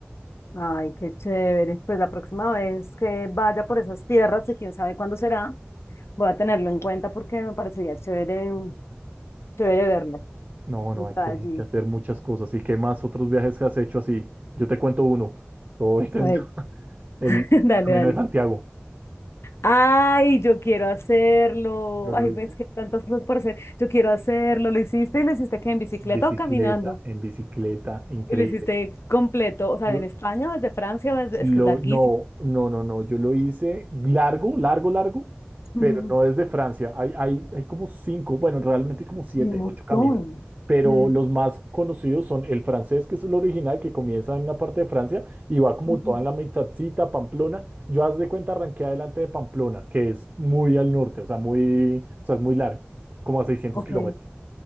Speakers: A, on the left; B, on the right.
A: Ay, qué chévere. Pues la próxima vez que vaya por esas tierras, y quién sabe cuándo será, voy a tenerlo en cuenta porque me parecería chévere, mm, chévere verlo,
B: No, no,
A: entrar
B: hay que, hay
A: allí.
B: que hacer muchas cosas. ¿Y qué más otros viajes que has hecho así? Yo te cuento uno, todo <laughs> intenso.
A: A ver,
B: El
A: <laughs> Dale,
B: Camino
A: dale.
B: de Santiago.
A: Ay, yo quiero hacerlo.
B: Yo lo
A: Ay,
B: hice
A: ves que hay tantas cosas por hacer. Yo quiero hacerlo. Lo hiciste y lo hiciste que en bicicleta
B: en bicicleta,
A: o caminando.
B: en bicicleta, increíble.
A: Y lo hiciste completo. O sea,
B: Lo-
A: en España o desde Francia o desde...
B: Lo,
A: Es que es larguísimo.
B: no, no, no, no. Yo lo hice largo, largo, largo,
A: Ujú.
B: pero no desde Francia. Hay, hay, hay como cinco, bueno, realmente hay como siete,
A: Hay Un montón.
B: ocho caminos. Pero
A: Mm,
B: los más conocidos son el francés, que es el original, que comienza en una parte de Francia y va como
A: ujú.
B: toda en la mitadcita, Pamplona. Yo, haz de cuenta, arranqué adelante de Pamplona, que es muy al norte, o sea, muy, o sea, es muy largo, como a seiscientos
A: Ok.
B: kilómetros.